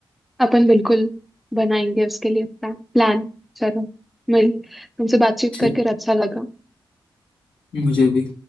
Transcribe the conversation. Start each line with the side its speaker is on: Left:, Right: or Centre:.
Centre: अपन बिल्कुल बनाएंगे उसके लिए प्लान प्लान चलो मिल तुमसे बातचीत
Left: ठीक
Centre: करके अच्छा लगा
Left: मुझे भी